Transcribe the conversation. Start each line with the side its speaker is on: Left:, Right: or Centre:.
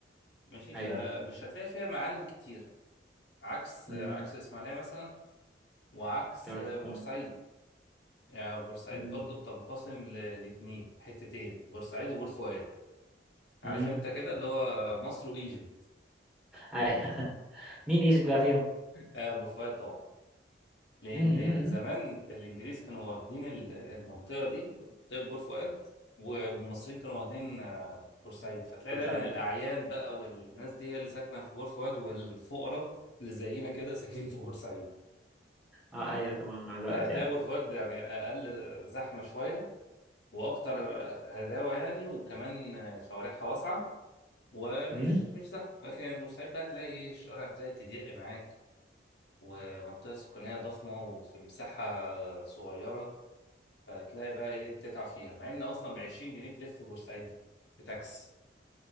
Left: ماشي فمش
Centre: ايوه
Left: هتلاقي فيها معالم كتيره عكس آه،
Centre: امم
Left: عكس الاسماعيليه مثلا وعكس
Centre: دولة
Left: آه،
Centre: السلطنة
Left: بورسعيد يعني بورسعيد
Centre: مم،
Left: برضه بتنقسم ل- لاتنين حتتين بورسعيد وبور فؤاد عارف
Centre: مم،
Left: انت كده اللي هو مصر وايجيبت
Centre: ايوه <laughs> مين ايجيبت بقى فيهم
Left: آه بور فؤاد طبعا لأن
Centre: مم، مم،
Left: زمان الإنجليز كانوا واخدين ال- المنطقة دي منطقة بور فؤاد و- والمصريين كانوا واخدين آه، بورسعيد فتلاقي
Centre: بورسعيد
Left: دايما الأعيان بقى والناس دي هي اللي ساكنة في بور فؤاد والفقراء اللي زينا كده ساكنين في بورسعيد
Centre: اه ايوه طبعا مع الوقت
Left: فتلاقي
Centre: يعني
Left: بور فؤاد يعني أقل زحمة شوية وأكتر هداوة يعني وكمان آه، شوارعها واسعة ومش
Centre: مم.
Left: مش زحمة لكن بورسعيد بقى تلاقي إيه الشوارع بتاعت تضيق معاك ومنطقة سكانية ضخمة وفي مساحة صغيرة فتلاقي بقى ايه تتعب فيها مع ان اصلا ب 20 جنيه تلف بورسعيد بتاكس